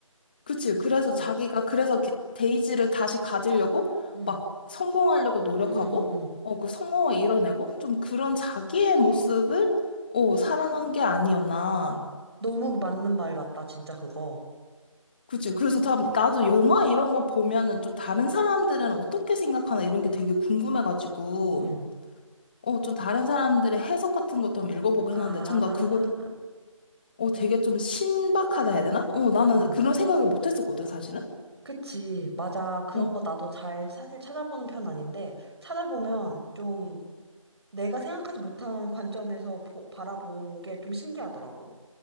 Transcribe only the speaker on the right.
오,
응,
응, 응, 응, 응.
<gasps> 음.
너무 맞는 말 같다, 진짜 그거.
응.
아,
응.
그치. 맞아. 그런
거 나도 잘 사실 찾아보는 편 아닌데, 찾아보면 좀 내가 생각하지 못한 관점에서 보- 바라본 게 좀 신기하더라고.